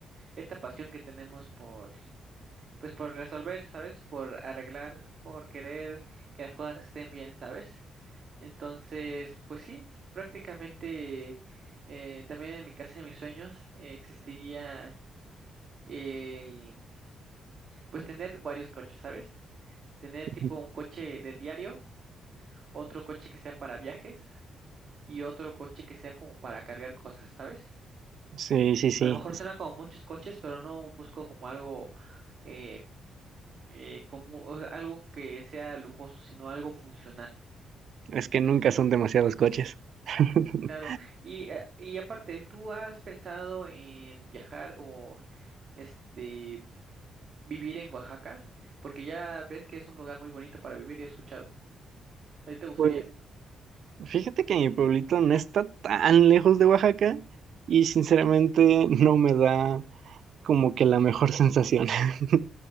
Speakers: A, on the right; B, on the right.
A: esta pasión que tenemos por pues por resolver, ¿sabes? Por arreglar, por querer que las cosas estén bien, ¿sabes? Entonces, pues sí, prácticamente eh, también en mi casa de mis sueños eh, existiría el pues tener varios coches, ¿sabes? Tener tipo
B: Ujú.
A: un coche del diario, otro coche que sea para viajes y otro coche que sea como para cargar cosas, ¿sabes?
B: Sí, sí, sí.
A: A lo mejor
B: Es
A: suena como muchos coches, pero no busco como algo eh, eh, como o sea, algo que sea lujoso, sino algo funcional.
B: es que nunca son demasiados coches. <laughs>
A: Claro. Y, eh, y aparte, ¿tú has pensado en viajar o este vivir en Oaxaca? Porque ya ves que es un lugar muy bonito para vivir, he escuchado. ¿A ti te gustaría?
B: Pues fíjate que mi pueblito no está tan lejos de Oaxaca y sinceramente no me da como que la mejor sensación. <laughs>